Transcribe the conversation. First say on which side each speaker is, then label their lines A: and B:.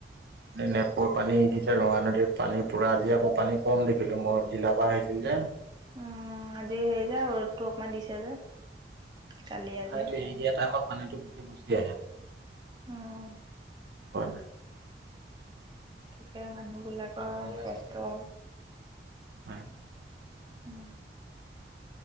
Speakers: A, on the right; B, on the right.
A: নেপৰ পানী দিছে ৰঙা নদীৰত পানী পুৰা আজি আকৌ পানী কম দেখিলো মই জিলা ছিল যে
B: উম আজি হেৰি যে ৰদটো অকমান দিছে যে কালি আজি
A: ন অ এৰিদিয়া টাইমত পানীতটো গোটেই গুছি আহে
B: উম
A: হয়
B: তাকে মানুহবিলাকৰ কষ্ট
A: হয়
B: উম